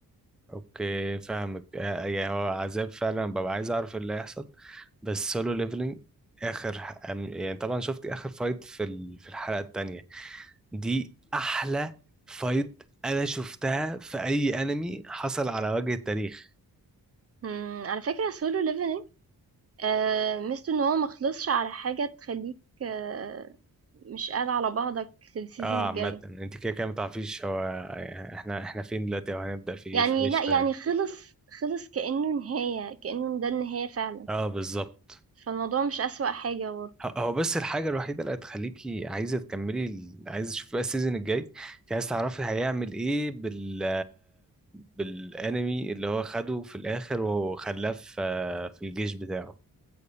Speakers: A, in the centre; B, on the right.
A: اوكي فاهمك آه، يعني هو عذاب فعلا ببقى عايز اعرف اللي هيحصل بس سولو ليفلنج اخر أم- يعني طبعا شفت اخر فايت في ال- في الحلقة التانية دي احلى فايت انا شفتها في اي انمي حصل على وجه التاريخ
B: مم. على فكره سولو ليفلينج آه ميزته ان هو مخلصش على حاجه تخليك آه مش قاعد على بعضك للسيزون
A: اه
B: الجاي
A: عامة انت كده كده متعرفيش هو يعني احنا احنا فين دلوقتي او هنبدأ في ايه
B: يعني
A: في ايش
B: لا
A: تاني
B: يعني خلص خلص كانه نهايه كانه ده النهايه فعلا
A: اه بالظبط
B: فالموضوع مش اسوأ حاجه برضه
A: هو هو بس الحاجة الوحيدة اللي هتخليكي عايزة تكملي ال- عايزة تشوفي بقى السيزون الجاي انت عايزة تعرفي هيعمل ايه بال بالانمي اللي هو خده في الاخر وخلاه في في الجيش بتاعه